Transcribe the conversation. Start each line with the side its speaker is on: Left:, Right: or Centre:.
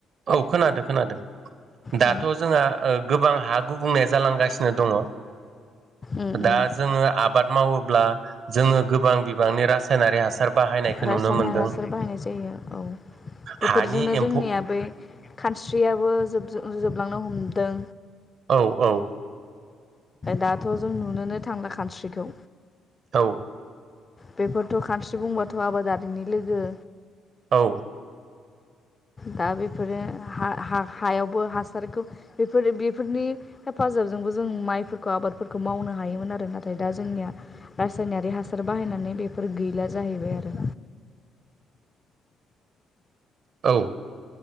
Right: औ खोनादों खोनादादों दाथ'
Left: औ
Right: जोंहा गोबां हा गुबुंनाया जालांगासिनो दङ
Left: उम उम
Right: दा जोङो आबाद मावोब्ला जोङो गोबां बिबांनि रासायनारि हासार बाहायनायखौ
Left: रासायनारि
Right: नुनो मोनदों
Left: हासार बाहायनाय जायो औ बेफोरजोंनो
Right: हानि एम्फौ
Left: जोंनिया बै खानस्रियाबो जोबलां नो हमदों
Right: औ औ
Left: दाथ' जों नुनोनो थांला खानस्रिखौ
Right: औ
Left: बेफोरथ' खानस्रि बुंबाथ' आबादारिनि लोगो
Right: औ
Left: दा बेफोरो हायावबो हासारखौ बेफोरो बेफोरनि हेफाजाब ज जों माइफोरखौ आबादफोरखौ मावनो हायोमोन आरो नाथाय दा जोंनिया रासायनारि हासार बाहायनानै बेफोर गैला जाहैबाय आरो
Right: <inaudible> औ